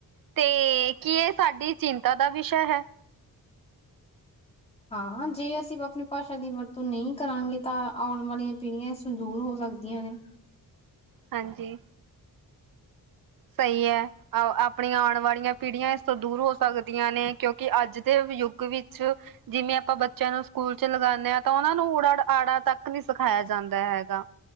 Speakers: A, on the right; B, on the left.
A: ਤੇ ਕੀ ਇਹ ਸਾਡੀ ਚਿੰਤਾ ਦਾ ਵਿਸ਼ਾ ਹੈ।
B: ਹਾਂ, ਜੇ ਅਸੀਂ ਆਪਣੀ ਭਾਸ਼ਾ ਦੀ ਵਰਤੋਂ ਨਹੀਂ ਕਰਾਂਗੇ ਤਾਂ ਆਉਣ ਵਾਲੀਆਂ ਪੀੜੀਆਂ ਦੂਰ ਹੋ ਸਕਦੀਆਂ ਨੇ।
A: ਹਾਂਜੀ। ਸਹੀ ਐ। ਅਹ ਆਪਣੀਆਂ ਆਉਣ ਵਾਲੀਆਂ ਪੀੜੀਆਂ ਇਸ ਤੋਂ ਦੂਰ ਹੋ ਸਕਦੀਆਂ ਨੇ। ਕਿਉਂਕਿ ਅੱਜ ਦੇ ਯੁੱਗ ਵਿੱਚ ਜਿੰਨੇ ਆਪਾਂ ਬੱਚਿਆਂ ਨੂੰ ਸਕੂਲ 'ਚ ਲਗਾਂਨੇ ਆ ਤਾਂ ਉਹਨਾਂ ਨੂੰ ਉੜਾ ਆੜਾ ਤੱਕ ਨੀ ਸਿਖਾਇਆ ਜਾਂਦਾ ਹੈਗਾ।